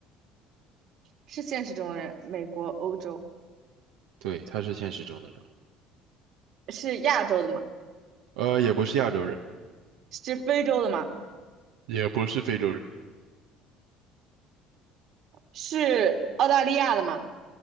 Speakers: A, on the right (about 60°); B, on the right (about 80°).
A: 是现实中的人，美国、欧洲
B: 对，他是现实中的人物，
A: 是亚洲的吗？
B: 呃，也不是亚洲人，
A: 是非洲的吗？
B: 也不是非洲人，
A: 是澳大利亚的吗？